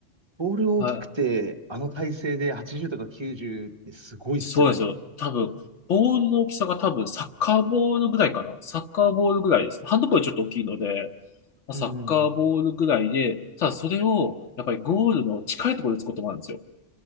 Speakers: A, on the right (about 25°); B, on the left (about 75°).
A: ボール大きくて、
B: はい。
A: あの体勢で80とか90ってすごいっすよね。
B: そうなんですよ。多分、ボールの大きさが多分、サッカーボールぐらいかな。サッカーボールぐらいですね。ハンドボールちょっと大きいので、まあサッカーボールぐらいで、
A: うんうんうん。
B: ただそれを、やっぱりゴールの近いところで打つこともあるんですよ。